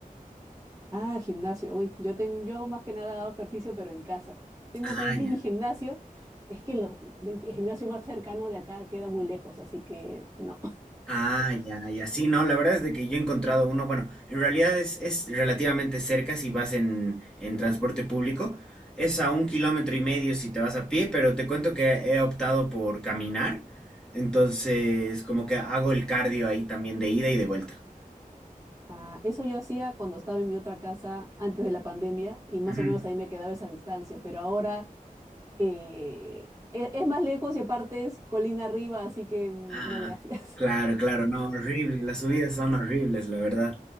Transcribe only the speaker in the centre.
Ah,
ya.
Ah, ya, ya. Sí, no, la verdad es de que yo he encontrado uno, bueno, en realidad es, es relativamente cerca si vas en, en transporte público. Es a un kilómetro y medio si te vas a pie, pero te cuento que he optado por caminar. Entonces, como que hago el cardio ahí también de ida y de vuelta.
Ujú.
Ah,
claro, claro, no, horrible. Las subidas son horribles, la verdad.